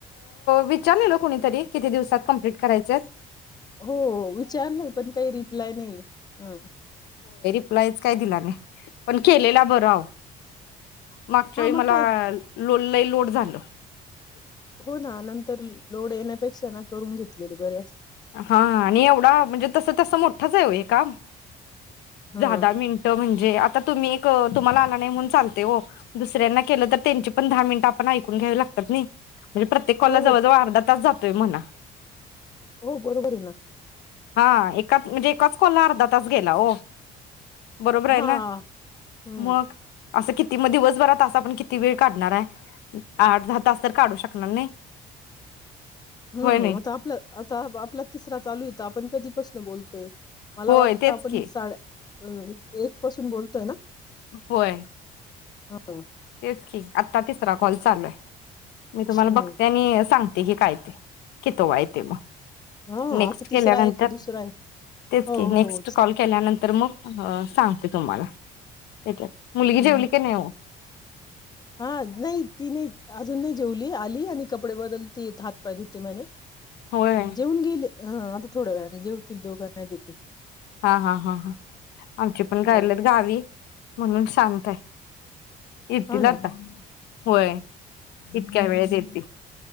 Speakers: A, on the left; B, on the left.
A: विचारलेलं कुणीतरी किती दिवसात कम्प्लीट करायच?
B: हो विचारलंय पण काही रिप्लाय नाही ह.
A: रिपलायच काय दिला नाही पण केलेला बर हाव. मागच्यावेळी
B: हा मग
A: मला
B: काय
A: लई लोड झाल.
B: हो ना नंतर लोड येण्यापेक्षा ना करून घेतलेली बर अस
A: हा आणि एवढा म्हणजे तसं तसं मोठंच आहे हे काम
B: हा
A: दहा दहा मिनट म्हणजे आता तुम्ही एक तुम्हाला आला नाही म्हणून चालते हो दुसऱ्यांना केलं तर त्यांची पण दहा मिनिटं आपण ऐकून घ्यावी लागतात नाही. म्हणज प्रत्येक कॉला
B: हो
A: जवळ जवळ अर्धा तास जात. तय म्हणा.
B: हो बरोबर आहे ना
A: हा एकच म्हणजे एकाच कोलला अर्धा तास गेला हो बरोबर आहे
B: हा
A: ना
B: हम्म
A: मग असं किती मग दिवसभर तास आपण किती वेळ काढणार आहे. आठ दहा तास तर काढू शकणार नाही.
B: हम्म
A: होय नाही
B: आता आपलं आता आपला तिसरा चालू यथ आपण कधीपासून बोलतोय. मला
A: होय
B: वाटतं
A: तेच
B: आपण
A: की
B: साड्या अ एक पासून बोलतोय ना
A: होय
B: हा
A: तेच की आता तिसरा कॉल चालू आहे. मी तुम्हाला
B: हम्म
A: बघते आणि सांगते की काय <unintelligible> कितवाय तेे मग
B: हा
A: नेक्स्ट
B: आता तिसरा
A: केल्यानंतर,
B: आहे का दुसरा आहे
A: तेच
B: हो
A: की
B: हो
A: नेक्स्ट
B: होच
A: कॉल केल्यानंतर मग सांग तुम्हाला <unintelligible> मुलगी
B: हम्म
A: जेवली की नाय ओ?
B: हा नाही ती नाही अजून नाही जेवली, आली आणि कपडे बदल त येत हात पाय धुते म्हणे
A: होय
B: जेऊन गेले आता थोडा वेळाने जेवतील आता दोघांना देते.
A: हा हा हा ह आमची पण गायल्यात
B: ह
A: गावी म्हणून शांत आहे. इतील
B: हो
A: आता
B: ना
A: होय इतक्या
B: ह
A: वेळच येते